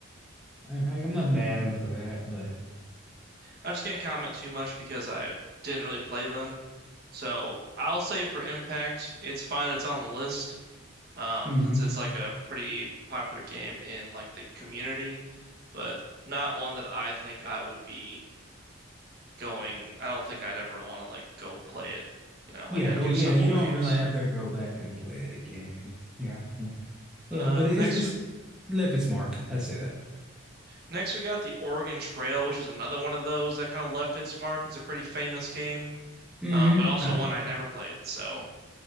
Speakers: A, in the centre; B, on the right (about 50°).
A: I, I I'm not mad at him for that, but
B: I just can't comment too much because I didn't really play them. So I'll say for Impact, it's fine. It's on the list, um,
A: hmm
B: since it's like a pretty popular game in like the community, but not one that I think I would be going. I don't think I'd ever want to like go play it, you know, like
A: Yeah,
B: I
A: go.
B: do
A: Yeah,
B: some
A: you
B: older
A: don't
B: games.
A: really have to go back and play it again. Yeah, yeah, yeah,
B: Uh,
A: yeah. But
B: next,
A: it's it's left its mark. I'd say that.
B: next we got the Oregon Trail, which is another one of those that kind of left its mark. It's a pretty famous game,
A: hmm
B: um, but also
A: I,
B: one I never played, so